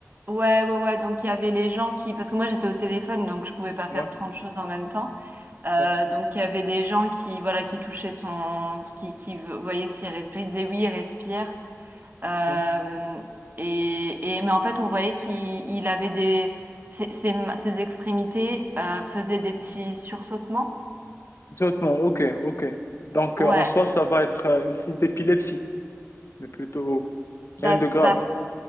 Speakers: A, on the right (about 40°); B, on the left (about 60°).
A: ouais, ouais, ouais. Donc, il y avait les gens qui. Parce que moi, j'étais au téléphone, donc je pouvais pas faire
B: Ouais,
A: 30 choses en même temps. Euh,
B: ouais,
A: donc, il y avait des gens qui, voilà, qui touchaient son. qui, qui voyaient s'il respirait. Ils disaient oui, il respire. Euh,
B: ouais.
A: et, et, mais en fait, on voyait qu'il il avait des. Ses, ses, ses extrémités euh, faisaient des petits sursautements.
B: Exactement, ok, ok. Donc,
A: Ouais.
B: euh, en soi, ça va être euh, une crise d'épilepsie. mais plutôt
A: Bah,
B: rien de grave.
A: bah,